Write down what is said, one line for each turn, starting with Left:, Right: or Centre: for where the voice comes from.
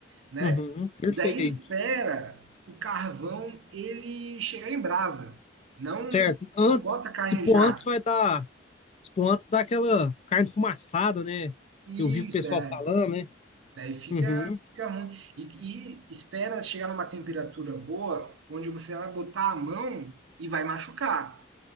Right: né?
Left: Uhum, perfeito.
Right: E daí espera o carvão ele chegar em brasa. Não,
Left: Certo. Antes,
Right: não bota a carne
Left: se pôr
Right: já.
Left: antes, vai dar. Se pôr antes, dá aquela carne fumaçada, né?
Right: Isso,
Left: Eu vi o pessoal
Right: é.
Left: falando, né?
Right: Daí fica,
Left: Uhum,
Right: fica ruim. E, e espera chegar numa temperatura boa, onde você vai botar a mão e vai machucar.